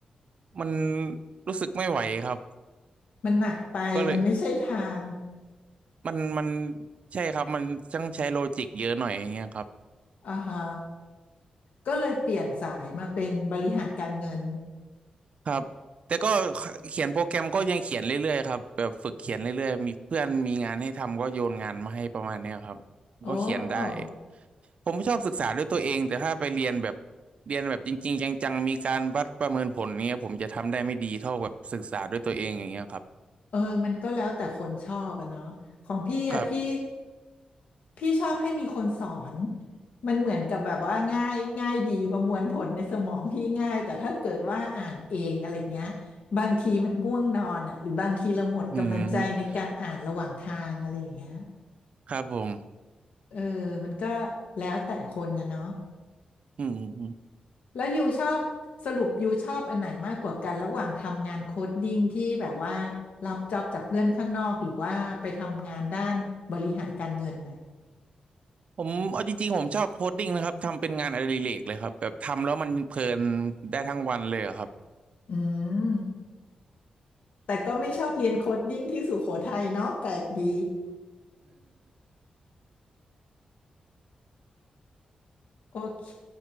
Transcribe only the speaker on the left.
มันหนักไป
มันไม่ใช่ทาง
อ่าฮะก็เลยเปลี่ยนสายมาเป็นบริหารการเงิน
โอ้
เออมันก็แล้วแต่คนชอบอะเนาะของพี่อะพี่
พี่ชอบให้มีคนสอนมันเหมือนกับแบบว่าง่ายง่ายดีประมวลผลในสมองพี่ง่ายแต่ถ้าเกิดว่าอ่านเองอะไรเงี้ยบางทีมันง่วงนอนอะหรือบางทีเราหมดกำลังใจในการอ่านระหว่างทางอะไรอย่างเงี้ย
เออมันก็แล้วแต่คนนะเนาะ
แล้วยูชอบสรุปยูชอบอันไหนมากกว่ากันระหว่างทำงานโค้ดดิ้งที่แบบว่ารับจ็อบจากเพื่อนข้างนอกหรือว่าไปทำงานด้านบริหารการเงินนะ
อืมแต่ก็ไม่ชอบเรียนโค้ดดิ้งที่สุโขทัยเนาะแปลกดี โอเค